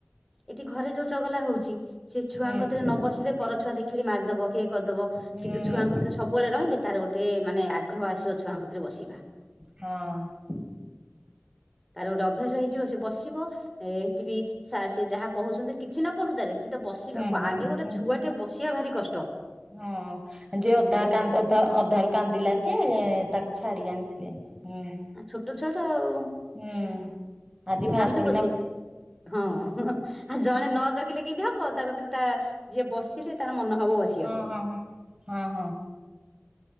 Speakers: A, in the centre; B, on the right.
A: ଏଠି ଘରେ ଯୋଉ ଚଗଲା ହଉଛି ସେ ଛୁଆଙ୍କତିରେ
B: ହୁଁ ହୁଁ ହୁଁ
A: ନ ବଶିଲେ ପରଛୁଆ ଦେଖିଲି ମାରିଦେବ କିଏ କରିଦେବ।
B: ହୁଁ ଉଁ।
A: ସବୁବେଳେ ରହିଲେ ତାର ଗୋଟେ ମାନେ ଆଗ୍ରହ ଆସିବ ଛୁଆଙ୍କତିରେ ବସିବା।
B: ହଁ
A: ତାର ଗୋଟେ ଅଭ୍ୟାସ ହେଇଯିବ ସେ ବସିବ ଏଠି ବି ସେ ଯାହା କହୁଛନ୍ତି କିଛି ନ ପଢୁ ତାରେ ସେଟ ବସିବା
B: ହୁଁ ହୁଁ
A: ଆଗେ ଗୋଟେ
B: ହୁଁ।
A: ଛୁଆ ଟେ ବସିବା ଭାରି କଷ୍ଟ।
B: ହଁ ଯେ ଅଧା
A: ସେ ତାର
B: କାନ୍ଦ ଅଧ ଅଧାରୁ କାନ୍ଦିଲା ଯେ ତାକୁ ଛାଡି ଆଣିଥିଲେ। ହୁଁ।
A: ଆ ଛୋଟ ଛୁଆଟା ଆଉ
B: ହୁଁ ଆଜି ଫାଷ୍ଟ
A: କାନ୍ଦୁ
B: କିନା
A: ପଛେ। ହଁ ଆଉ ଜଣେ ନ ଜଗିଲେ କେମତି ହବ ତା କତୀରେ ତା ଯିଏ ବସିଲେ ତାର ମନ ହବ ଅ
B: ହଁ ହଁ ହଁ ହଁ ହଁ।